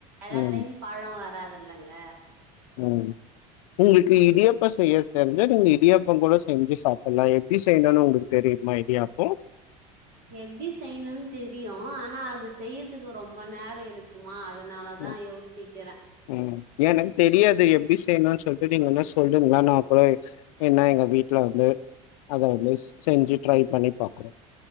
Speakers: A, on the right; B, on the left.
A: எல்லா
B: ம்
A: டைம் பழம் வராது இல்லைங்க
B: ம் உங்களுக்கு இடியாப்ப செய்ய தெரிஞ்சா நீங்க இடியாப்பம் கூட செஞ்சு சாப்பிடலாம் எப்படி செய்யணும்னு உங்களுக்கு தெரியுமா இடியாப்பம்
A: எப்படி செய்யணுன்னனு தெரியும் ஆனா அது செய்யறதுக்கு ரொம்ப நேரம் எடுக்குமா அதனாலதா
B: ம்
A: யோசிக்கிறே
B: உம் எனக்கு தெரியாது எப்படி செய்யணும்னு சொல்லிட்டு நீங்க என்ன சொல்லுங்கள ந கூட என்ன எங்க வீட்டுல வந்து அத வந்து செஞ்சு ட்ரை பண்ணி பாக்குறோம்